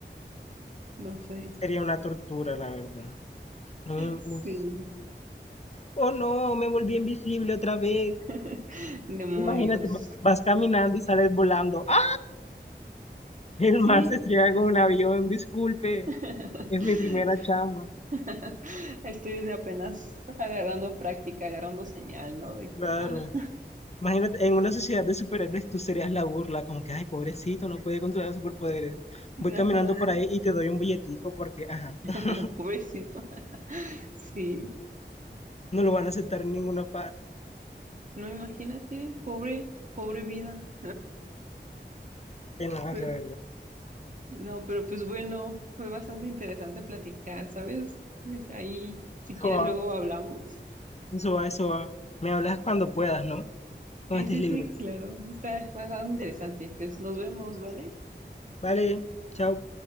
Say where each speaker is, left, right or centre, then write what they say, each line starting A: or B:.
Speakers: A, on the right; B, on the left.
A: no sé.
B: Sería una tortura, la verdad. No me-
A: Sí.
B: uf. Oh no, me volví invisible otra vez.
A: <laughs> Demonios.
B: Imagínate, va- vas caminando y sales volando. ¡Ah! El
A: Sí.
B: mar se estrella con un avión, disculpe,
A: <laughs>
B: es mi primera chamba.
A: <laughs> Estoy de apenas agarrando práctica, agarrando señal, ¿no? De
B: Claro.
A: que, ah,
B: Imagínate, en una sociedad de superhéroes tú serías la burla, como que, ay, pobrecito, no puede controlar superpoderes.
A: <laughs>
B: Voy caminando
A: ajá,
B: por ahí y te doy un billetico porque, ajá,
A: <laughs>
B: <laughs>
A: pobrecito. Sí,
B: no lo van a aceptar en ninguna parte.
A: no imagínate, pobre, pobre vida.
B: Que no, la
A: Pe-
B: verdad.
A: No, pero pues bueno, fue bastante interesante platicar, ¿sabes? Eh, Ahí, si
B: Eso
A: quieres,
B: va,
A: luego hablamos.
B: eso va, eso va. Me hablas cuando puedas, ¿no? Cuando
A: Sí,
B: estés
A: sí,
B: libre.
A: sí, claro, está bastante interesante. Pues nos vemos, ¿vale?
B: Vale, chao.